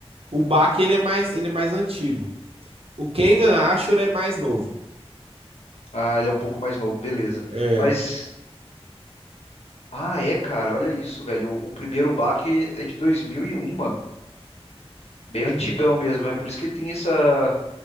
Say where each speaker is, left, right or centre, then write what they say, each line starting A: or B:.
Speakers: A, on the right (about 65°); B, on the left (about 85°).
A: O Bach, ele é mais, ele é mais antigo. O Kengan Ashur é mais novo.
B: Ah, ele é um pouco mais novo, beleza.
A: É.
B: Mas, ah, é, cara, olha isso, velho. O, o primeiro baque é de 2001, mano. Bem antigão mesmo, é por isso que ele tem essa,